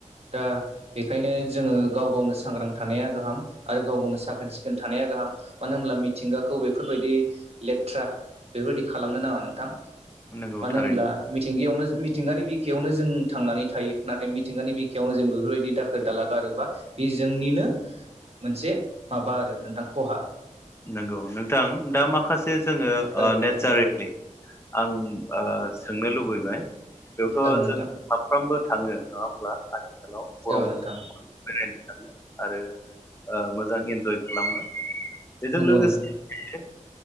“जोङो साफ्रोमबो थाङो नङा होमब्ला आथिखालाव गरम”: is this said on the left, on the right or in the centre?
Left